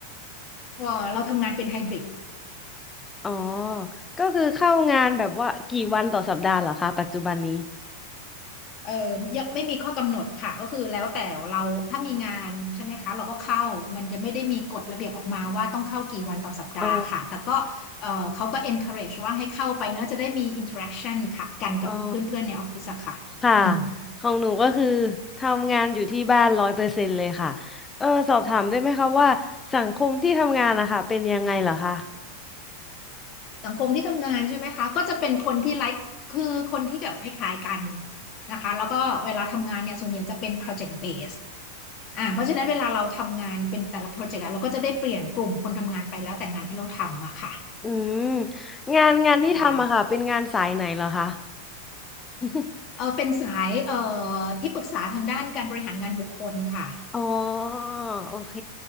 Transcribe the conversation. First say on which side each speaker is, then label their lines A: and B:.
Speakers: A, on the left; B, on the left.
A: เ่าเราทำงานเป็นไฮบริด
B: อ๋อก็คือเข้างานแบบว่ากี่วันต่อสัปดาห์เหรอคะปัจจุบันนี้
A: เอ่อยังไม่มีข้อกำหนดค่ะ ก็คือแล้วแต่เราถ้ามีงานใช่ไหมคะ เราก็เข้ามันจะไม่ได้มีกฎระเบียบออกมาว่าต้องเข้ากี่วันต่อสัปดาห์ค่ะ
B: อ๋อ
A: แต่ก็เออเขาก็ encourage ว่าให้เข้าไปเนอะจะได้มี interaction ค่ะ กันกับเพื่อนๆในออฟฟิศอะค่ะอืม
B: อ๋อค่ะของหนูก็คือทำงานอยู่ที่บ้านร้อยเปอร์เซ็นต์เลยค่ะเออสอบถามได้ไหมคะว่าสังคมที่ทำงานนะคะเป็นยังไงเหรอคะ
A: สังคมที่ทำงานใช่ไหมคะก็จะเป็นคนที่ไลค์คือคนที่แบบคล้ายๆกันนะคะแล้วก็เวลาทำงานเนี่ยส่วนใหญ่จะเป็น project base อ่าเพราะฉะนั้นเวลาเราทำงานเป็นแต่ละโปรเจกต์อะเราก็จะได้เปลี่ยนกลุ่มคนทำงานไปแล้วแต่งานที่เราทำอะค่ะ
B: อืมงานงานที่ทำอะค่ะเป็นงานสายไหนเหรอคะ
A: ใช่
B: <laughs>
A: เออเป็นสายเอ่อที่ปรึกษาทางด้านการบริหารงานบุคคลค่ะ
B: อ๋อโอเค